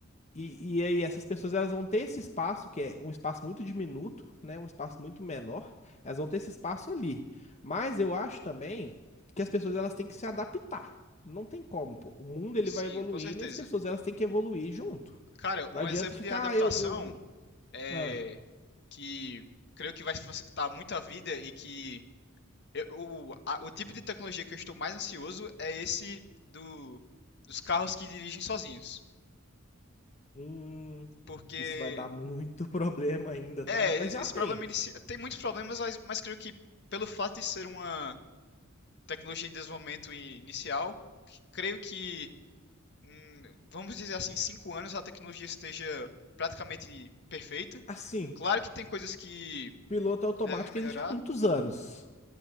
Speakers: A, on the left; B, on the left.
A: E, e aí essas pessoas elas vão ter esse espaço, que é um espaço muito diminuto, né? Um espaço muito menor. Elas vão ter esse espaço ali. Mas eu acho também que as pessoas elas têm que se adaptar. Não tem como, pô. O mundo ele
B: Sim,
A: vai evoluindo
B: com certeza.
A: e as pessoas elas têm que evoluir junto.
B: Cara,
A: Não
B: um
A: adianta
B: exemplo
A: ficar,
B: de adaptação
A: ah, eu, eu...
B: é
A: Ah,
B: que creio que vai facilitar muito a vida e que eu- o, a- o tipo de tecnologia que eu estou mais ansioso é esse do, dos carros que dirigem sozinhos.
A: hum,
B: Porque
A: isso vai dar muito <laughs> problema ainda,
B: é,
A: tá? Mas
B: esse
A: já
B: esse
A: tem.
B: problema inici- tem muitos problemas, mas, mas creio que pelo fato de ser uma tecnologia em desenvolvimento inicial, creio que hum, vamos dizer assim, cinco anos a tecnologia esteja praticamente perfeita.
A: Assim,
B: Claro que tem coisas que
A: piloto automático
B: devem melhorar.
A: existe há muitos anos.